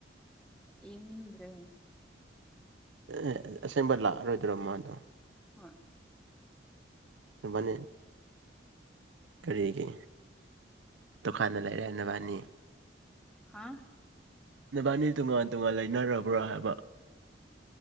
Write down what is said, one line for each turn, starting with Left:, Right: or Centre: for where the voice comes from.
Centre: ꯌꯦꯉꯗ꯭ꯔꯦ
Right: ꯑꯦ ꯑꯦ ꯑꯁꯦꯡꯕ ꯂꯥꯛꯑꯔꯣꯏꯗ꯭ꯔꯣ ꯃꯥꯗꯣ
Centre: ꯍꯣꯏ
Right: ꯃꯅꯤ ꯀꯔꯤꯒꯤ ꯗꯨꯀꯥꯟꯅ ꯂꯩꯥꯏꯔꯥꯏꯅꯕꯅꯤ
Centre: ꯍꯥꯥ
Right: ꯅꯕꯥꯅꯤ ꯇꯣꯉꯥꯟ ꯇꯣꯉꯥꯟ ꯂꯩꯅꯔꯕ꯭ꯔꯣ ꯍꯥꯏꯕ